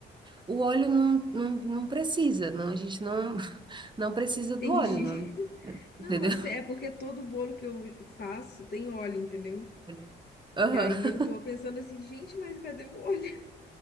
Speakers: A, on the right; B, on the left.
A: o óleo não, não, não precisa, não, a gente não. Não precisa do
B: Entendi.
A: óleo, não.
B: <laughs> Não,
A: Entendeu?
B: eu sei, é porque todo bolo que eu faço tem óleo, entendeu?
A: Óleo. Aham.
B: E aí eu tô pensando assim, gente, mas cadê o óleo?